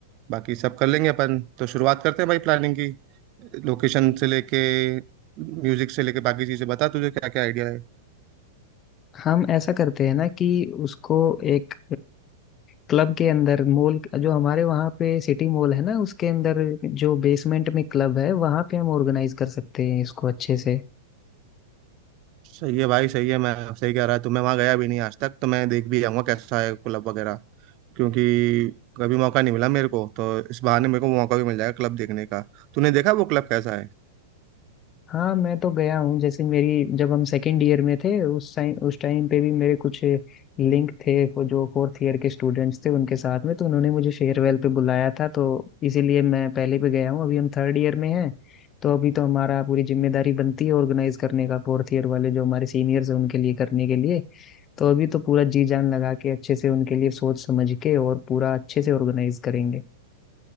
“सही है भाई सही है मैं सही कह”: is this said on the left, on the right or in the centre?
Right